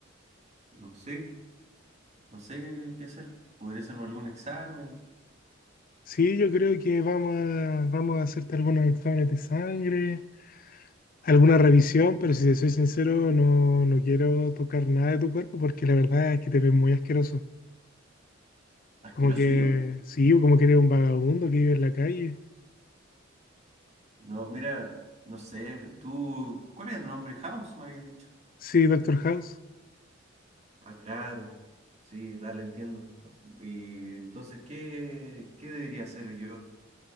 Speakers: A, on the right; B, on the left.
A: No sé, no sé qué hacer. ¿Podría hacerme algún examen?
B: Sí, yo creo que vamos a, vamos a hacerte algunos exámenes de sangre, alguna revisión, pero si te soy sincero, no, no quiero tocar nada de tu cuerpo porque la verdad es que te ves muy asqueroso.
A: ¿Asqueroso
B: Como que,
A: yo?
B: sí, como que eres un vagabundo que vive en la calle.
A: No, mira, no sé, tú, ¿cuál es tu nombre? House, me habías dicho.
B: Sí, Doctor House.
A: Ah, claro. Sí, dale, entiendo. Y entonces, ¿qué, qué debería hacer yo?